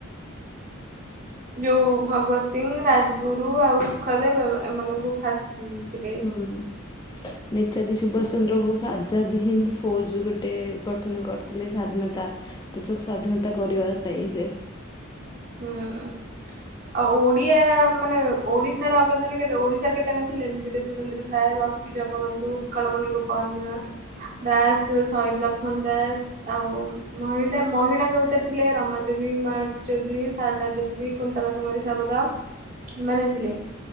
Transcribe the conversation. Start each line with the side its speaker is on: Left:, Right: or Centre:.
Right: ଯୋଉ ଭଗବତ ସିଂହ ରାଜଗୁରୁ ଆଉ ସୁଖଦେବ ଏମାନଙ୍କୁ ଫାଶୀ ଦେଇଥିଲେ।
Left: ହୁ ନେତାଜୀ ସୁଭାଷ ଚନ୍ଦ୍ର ବୋସ ଆ ଆଜାଦ ହିନ୍ଦ ଫୌଜ ଗୋଟେ ଗଠନ କରିଥିଲେ ସ୍ଵାଧୀନତା ଦେଶ କୁ ସ୍ଵାଧୀନତା କରିବା ପାଇଁ ସେ।
Right: ହୁଁ ଆଉ ଓଡିଆ ମାନେ ଓଡିଶାର ଅବଦାନ କେତେ ଓଡିଶାର କେତେ ଜଣ ଥିଲେ ବିରେ ସୁରେନ୍ଦ୍ର ସାହେବ ଅ ଜଗବନ୍ଧୁ ଉତ୍କଳମଣି ଗୋପବନ୍ଧୁ ଦାସ। ଦାସ ସହିଦ ଲକ୍ଷ୍ମଣ ଦାସ ଆଉ ମହିଳା ମହିଳାଙ୍କ ଭିତରେ ଥିଲେ ରମା ଦେବୀ ମାରତ ଚୌଧୁରୀ ଶାରଳା ଦେବୀ କୁନ୍ତଳା କୁମାରୀ ଶାବଦ ଏମାନେ ଥିଲେ